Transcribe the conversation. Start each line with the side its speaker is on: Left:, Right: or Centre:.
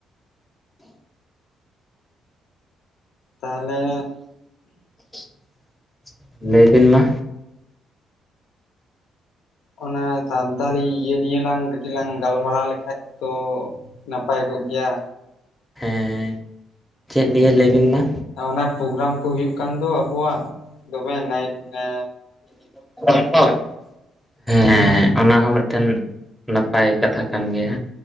Left: ᱛᱟᱦᱚᱞᱮ
Centre: <inaudible> ᱞᱟᱹᱭ ᱵᱤᱱ ᱢᱟ᱾
Left: ᱚᱱᱟ ᱥᱟᱱᱛᱟᱲᱤ ᱤᱭᱟᱹ ᱱᱤᱭᱮ ᱞᱟᱝ ᱠᱟᱹᱴᱤᱡ ᱞᱟᱝ ᱜᱟᱞᱢᱟᱨᱟᱣ ᱞᱮᱠᱷᱟᱡ ᱛᱚ ᱱᱟᱯᱟᱭ ᱠᱚᱜ ᱜᱮᱭᱟ᱾
Centre: ᱦᱮᱸ, ᱪᱮᱫ ᱱᱤᱭᱮᱹ ᱞᱟᱹᱭ ᱵᱤᱱ ᱢᱟ ᱢᱮ
Left: ᱚᱱᱟ ᱯᱳᱜᱨᱟᱢ ᱠᱚ ᱦᱩᱭᱩᱜ ᱠᱟᱱ ᱫᱚ ᱟᱵᱚᱣᱟᱜ, ᱫᱚᱢᱮ ᱱᱟᱭᱤᱴ ᱱᱟ
Centre: <unintelligible> ᱦᱮᱸ, ᱚᱱᱟ ᱦᱚᱸ ᱢᱤᱫᱴᱮᱱ ᱱᱟᱯᱟᱭ ᱠᱟᱛᱷᱟ ᱠᱟᱱ ᱜᱮᱭᱟ᱾